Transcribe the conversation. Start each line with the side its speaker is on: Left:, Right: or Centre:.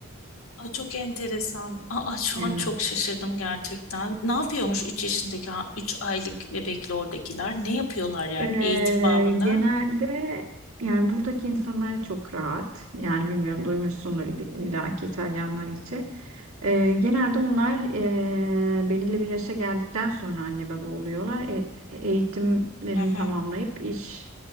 Left: Aa, çok enteresan. Aa, şu
Right: Evet.
Left: an çok şaşırdım gerçekten. Ne yapıyormuş 3 yaşındaki, 3 aylık bebekle oradakiler? Ne yapıyorlar yani
Right: Ee,
Left: eğitim babında?
Right: genelde yani buradaki insanlar çok rahat. Yani bilmiyorum duymuşsundur ill- illa ki İtalyanlar için. Ee, genelde onlar ee, belirli bir yaşa geldikten sonra anne baba oluyorlar. E- eğitimlerini
Left: Hı hı,
Right: tamamlayıp iş